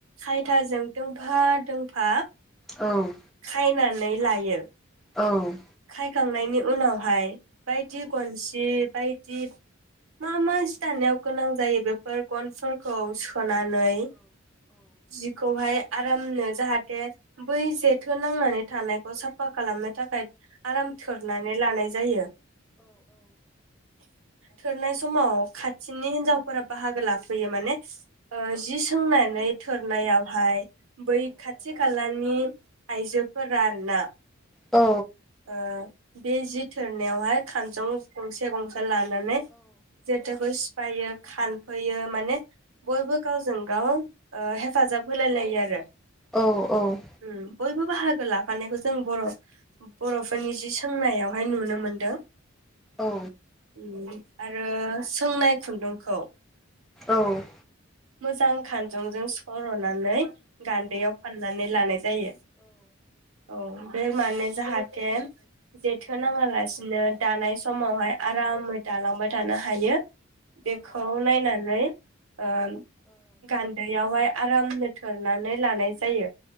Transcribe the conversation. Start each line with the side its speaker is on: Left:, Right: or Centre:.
Right: खायथाजों दोंफा दोंफा
Centre: औ
Right: खायनानै लायो।
Centre: औ
Right: खायखांनायनि उनावहाय बायदि गनसि बाय जि मा मा जि दानायाव गोनां जायो बेफोर गनफोरखौ सो हनानै जिखौहाय आरामनो जाहाथे बै जेथो नांनानै थानायखौ साफा खालामनो थाखाय आराम थोरनानै लानाय जायो। थोरनाय समाव खाथिनि हिन्जावफोरा बाहागो लाफैयो माने ओ जि सोंना नै थोरनायावहाय बै खाथि खालानि आयजोफोर आरोना।
Centre: औ।
Right: ओ बे जि थोरनायावहाय खानजं गंसे गंसे लानानै जेथोखौ सिफायो । खानफैयो माने बयबो गावजों गाव। ओ हेफाजाब होलाय लायो आरो।
Centre: औ औ।
Right: उम बयबो बाहागो लाफानायखौ जों बर' बर'फोरनि जि सोंनायावहाय नुनो मोनदों।
Centre: औ।
Right: ओ आरो सोंनाय खुन्दुंखौ।
Centre: औ।
Right: मोजां खानजंजों सर'नानै। गान्दैयाव फाननानै लानाय जायो औ। बे माने जाहाथे। जेथो नाङा लासिनो। दानाय समावहाय आरामै दालांबाय थानो हायो बेखौ नायनानै। ओ। गान्दैयाव हाय। आराम नो थोरनानै लानाय जायो।